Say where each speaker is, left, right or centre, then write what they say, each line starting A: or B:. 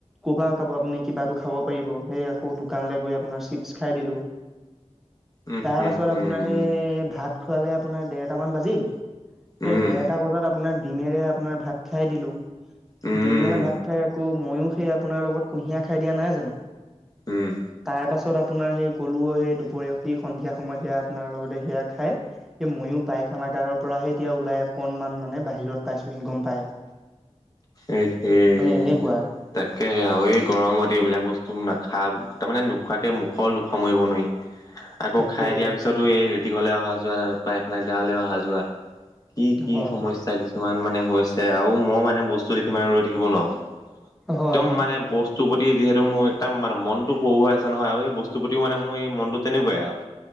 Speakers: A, in the centre; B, on the left.
A: কবা ক আপুনি কিবাটো খাব পাৰিব? সেই আকৌ দোকানলৈ গৈ আপোনাৰ চিপচ খাই দিলোঁ,
B: উম
A: তাৰপাছত
B: উম উম
A: আপোনাৰ সেই ভাত খোৱালে আপোনাৰ ডেৰটামান বাজিল, সেই
B: উম
A: ডেৰটা বজাত আপোনাৰ ডিমেৰে আপোনাৰ ভাত খাই দিলোঁ।
B: উম
A: ডিমেৰে ভাত খাই আকৌ ম‌ইয়ো সেই আপোনাৰ লগত কুঁহিয়াৰ খাই দিয়া নাই জানো?
B: উম।
A: তাৰ পাছত আপোনাৰ সেই গলোঁ সেই দুপৰীয়া সেই সন্ধিয়া সময়ত সেয়া আপোনাৰ লগতে সেয়া খাই। এই মইয়ো পায় খানাগাৰৰ পৰাহে এতিয়া ওলাই অকণমান মানে বাহিৰত পাইছোহি গম পায়।
B: এ সেই
A: এনেকুৱা
B: তাকে, আমি গৰমত এইবিলাক বস্তু নাখাব তাৰমানে নোখোৱাকে মুখৰ লোভ সামৰিব নোৱাৰি। আকৌ
A: তাকে
B: খাই দিয়াৰ পিছতো এই লেটিঙলৈ অহা যোৱোৱা গাঁৱলৈ অহা যোৱা, কি-কি
A: হয়
B: সময় সমস্যা কিছুমান মানে হৈছে। আৰু মই মানে বস্তু সিমানে ৰৈ থাকিব নোৱাৰো।
A: হয়
B: একদম
A: হয়
B: মানে বস্তু বস্তুৰ প্ৰতি যিহেতু মোৰ একদম মানে মনটো হুৰ শৰাই আছে নহয় আৰু এই বস্তুৰ প্ৰতিও মানে মোৰ মনটো তেনেকুৱাই আৰু।